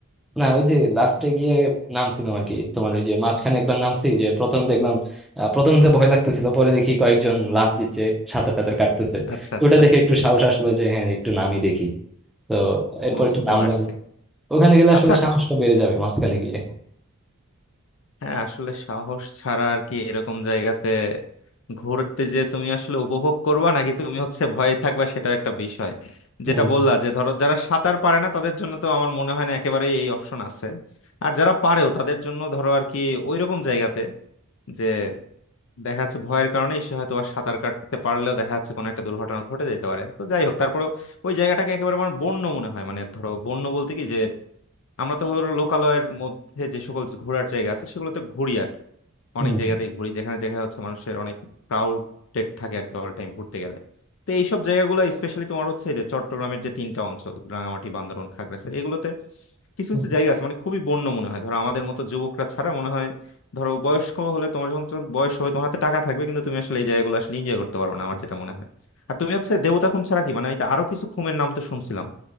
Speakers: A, in the centre; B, on the left.
A: না ওই যে লাস্টে গিয়ে নামছিলাম আর কি তোমার ওই যে মাঝখানে একবার নামছি যে প্রথম দেখলাম আহ, প্রথম তো ভয় লাগতেছিল পরে দেখি কয়েকজন লাফ দিচ্ছে সাঁতার টাতার কাটতেছে
B: আচ্ছা
A: তো
B: আচ্ছা
A: ওটা দেখে একটু সাহস আসলো যে হ্যাঁ একটু নামই দেখি তো এরপর
B: বুঝতে
A: একটু নামলাম
B: পারছি
A: ওখানে গেলে আসলে
B: আচ্ছা
A: সাহসটা
B: খুব
A: বেড়ে যাবে মাঝখানে গিয়ে
B: হ্যাঁ আসলে সাহস ছাড়া আর কি এরকম জায়গাতে ঘুরতে যে তুমি আসলে উপভোগ করবা নাকি তুমি হচ্ছে ভয়ে থাকবা সেটা একটা বিষয়
A: হুম
B: যেটা বললা যে ধরো যারা সাঁতার পারে না তাদের জন্য তো আমার মনে হয় না একেবারে এই অপশন আছে আর যারা পারেও তাদের জন্য ধরো আর কি ওইরকম জায়গাতে যে দেখা যাচ্ছে ভয়ের কারণে সে হয়তো আর সাঁতার কাটতে পারলেও দেখা যাচ্ছে কোনো একটা দুর্ঘটনা ঘটে যেতে পারে তো যাই হোক তারপরে ওই জায়গাটাকে একেবারে আমার বন্য মনে হয় মানে ধরো বন্য বলতে কি যে আমরা তো ধরো লোকালয়ের মধ্যে যে সকল ঘোরার জায়গা আছে সেগুলোতে ঘুরি আর কি। অনেক
A: হুম
B: জায়গাতেই ঘুরি যেখানে যেখানে হচ্ছে মানুষের অনেক ক্রাউডেড থাকে আর কি অল টাইম ঘুরতে গেলে তো এইসব জায়গাগুলো স্পেশালি তোমার হচ্ছে এই যে চট্টগ্রামের যে তিনটা অঞ্চল রাঙামাটি বান্দরবান খাগড়াছড়ি এগুলোতে কিছু
A: হুম।
B: কিছু জায়গা আছে মানে খুবই বন্য মনে হয় ধরো আমাদের মতো যুবকরা ছাড়া মনে হয় ধরো বয়স্ক হলে তোমার যখন তোমার বয়স হবে তোমার হাতে টাকা থাকবে কিন্তু তুমি আসলে এই জায়গাগুলো আসলে এনজয় করতে পারবে না আমার যেটা মনে হয় আর তুমি হচ্ছে দেবতা খুম ছাড়া কি মানে এই যে আরো কিছু খুমের নাম তো শুনছিলাম